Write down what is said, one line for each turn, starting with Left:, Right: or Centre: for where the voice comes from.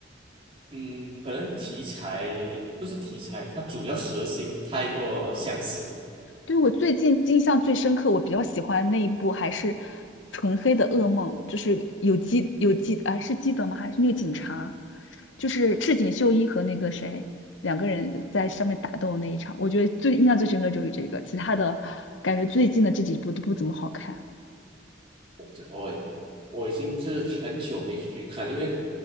Right: 嗯，可能题材不是题材，它主要核心太过相似。
Left: 对我最近印象最深刻，我比较喜欢那一部还是《纯黑的噩梦》，就是有基有基啊，是基德吗？还是那个警察？就是赤井秀一和那个谁两个人在上面打斗那一场，我觉得最印象最深刻就是这个，其他的感觉最近的这几部都不怎么好看。
Right: 这我我已经是很久没去看，因为